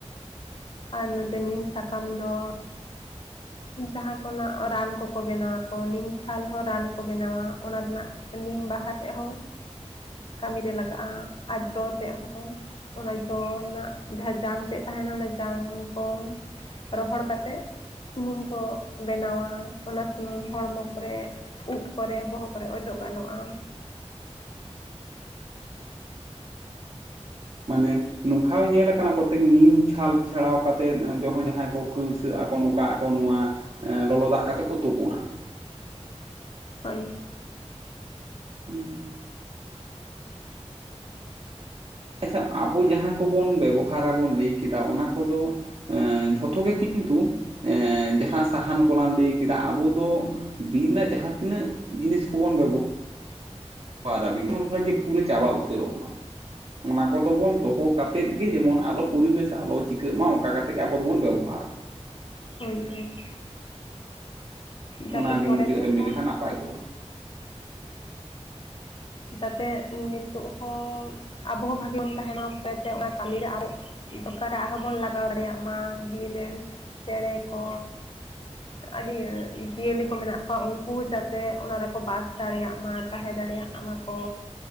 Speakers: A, on the left; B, on the right.
A: ᱟᱨ ᱱᱚᱛᱮ ᱱᱤᱢ ᱥᱟᱠᱟᱢ ᱫᱚ ᱡᱟᱦᱟᱸ ᱠᱚᱨᱮᱱᱟᱜ ᱨᱟᱱ ᱠᱚᱠᱚ ᱵᱮᱱᱟᱣᱟᱠᱚ ᱱᱤᱢᱪᱷᱟᱞ ᱦᱚᱸ ᱨᱟᱱ ᱠᱚ ᱵᱮᱱᱟᱣᱟ ᱚᱱᱟ ᱨᱮᱱᱟᱜ᱾ ᱱᱤᱢ ᱵᱟᱦᱟ ᱛᱮᱜ ᱦᱚᱸ ᱠᱟᱹᱢᱤᱨᱮ ᱞᱟᱜᱟᱜᱼᱟ ᱟᱨ ᱡᱚ ᱛᱮᱜ ᱦᱚᱸ᱾ ᱚᱱᱟ ᱡᱚ ᱨᱮᱱᱟᱜ ᱡᱟᱦᱟᱸ ᱡᱟᱝ ᱛᱮᱫ ᱛᱟᱦᱮᱸᱱᱟ ᱚᱱᱟ ᱡᱟᱝ ᱠᱚ ᱨᱚᱦᱚᱲ ᱠᱟᱛᱮᱜ ᱥᱩᱱᱩᱢ ᱠᱚ ᱵᱮᱱᱟᱣᱟ ᱚᱱᱟ ᱥᱩᱱᱩᱢ ᱦᱚᱲᱢᱚ ᱠᱚᱨᱮᱜ ᱩᱵ ᱠᱚᱨᱮ ᱵᱚᱦᱚᱜ ᱠᱚᱨᱮ ᱚᱡᱚᱜ ᱜᱟᱱᱚᱜᱼᱟ᱾
B: ᱢᱟᱱᱮ ᱱᱚᱝᱠᱷᱟ ᱦᱚᱸ ᱧᱮᱞ ᱠᱟᱱᱟ ᱠᱚᱛᱮᱠ ᱱᱤᱢ ᱪᱷᱟᱞ ᱪᱷᱟᱲᱟᱣ ᱠᱟᱛᱮᱫ ᱡᱚ ᱡᱟᱦᱟᱸᱭ ᱠᱚ ᱠᱟᱹᱶᱥᱟᱹᱜ ᱟᱠᱚ ᱱᱚᱝᱠᱟ ᱟᱠᱚ ᱱᱚᱣᱟ ᱞᱚᱞᱚ ᱫᱟᱜ ᱠᱟᱛᱮ ᱠᱚ ᱛᱳᱯᱳᱱᱟ᱾
A: ᱦᱳᱭ᱾
B: ᱦᱩᱸ᱾ ᱟᱪᱪᱷᱟ ᱟᱵᱚ ᱡᱟᱦᱟᱸ ᱠᱚᱵᱚᱱ ᱵᱮᱵᱚᱦᱟᱨᱟ ᱵᱚᱱ ᱞᱟᱹᱭ ᱠᱮᱫᱟ ᱚᱱᱟ ᱠᱚᱫᱚ ᱮᱸ ᱡᱷᱚᱛᱚ ᱜᱮᱠᱤ ᱠᱤᱱᱛᱩ ᱮᱸ ᱡᱟᱦᱟᱸ ᱥᱟᱦᱟᱱ ᱠᱚᱞᱟᱝ ᱞᱟᱹᱭ ᱠᱮᱫᱟ ᱟᱵᱚ ᱫᱚ ᱵᱤᱨ ᱨᱮᱱᱟᱜ ᱡᱟᱦᱟᱸ ᱛᱤᱱᱟᱹᱜ ᱡᱤᱱᱤᱥ ᱠᱚᱵᱚᱱ ᱵᱮᱵᱚ ᱦᱟᱨᱟ ᱱᱚᱜᱼᱚᱭ ᱡᱮ ᱯᱩᱨᱟᱹ ᱪᱟᱵᱟ ᱩᱛᱟᱹᱨᱚᱜ ᱢᱟ᱾ ᱚᱱᱟ ᱠᱚᱫᱚ ᱵᱚᱱ ᱫᱚᱦᱚ ᱠᱟᱛᱮᱫ ᱜᱮ ᱡᱮᱢᱚᱱ ᱟᱞᱚ ᱯᱚᱨᱤᱵᱮᱥ ᱟᱞᱚ ᱪᱤᱠᱟᱹᱜ ᱢᱟ ᱚᱝᱠᱟ ᱠᱟ ᱛᱮᱜᱮ ᱟᱵᱚ ᱫᱚᱵᱚᱱ ᱵᱮᱵᱚᱦᱟᱨᱟ᱾
A: ᱦᱳᱭ ᱦᱳᱭ᱾ ᱡᱟᱛᱮ
B: ᱚᱱᱟᱜᱮ
A: ᱯᱚᱨᱮ
B: ᱢᱩᱪᱟᱹᱫ
A: ᱛᱮᱦᱚᱸ
B: ᱨᱮᱢ ᱞᱟᱹᱭ ᱞᱮᱠᱷᱟᱱ ᱱᱟᱯᱟᱭ ᱠᱚᱜᱼᱟ᱾
A: ᱡᱟᱛᱮ ᱱᱤᱛᱚᱜ ᱦᱚᱸ ᱟᱵᱚᱦᱚᱸ ᱵᱷᱟᱜᱤ ᱵᱚᱱ ᱛᱟᱦᱮᱸᱱᱟ ᱯᱮᱛᱮ ᱚᱱᱟ ᱠᱟᱢᱤᱨᱮ ᱟᱵᱚ ᱫᱚᱠᱟᱱ ᱨᱮ ᱟᱨᱦᱚᱸ ᱵᱚᱱ ᱞᱟᱜᱟᱣ ᱫᱟᱲᱮᱭᱟᱜ ᱢᱟ ᱵᱤᱨ ᱨᱮᱱ ᱪᱮᱬᱮ ᱠᱚ ᱟᱹᱰᱤ ᱡᱤᱭᱟᱹᱞᱤ ᱠᱚ ᱢᱮᱱᱟᱜ ᱠᱚᱣᱟ ᱩᱱᱠᱩ ᱡᱟᱛᱮ ᱚᱱᱟ ᱨᱮᱠᱚ ᱵᱟᱥ ᱫᱟᱲᱮᱭᱟᱜ ᱢᱟ ᱛᱟᱦᱮᱸ ᱫᱟᱲᱮᱭᱟᱜ, ᱢᱟᱠᱚ᱾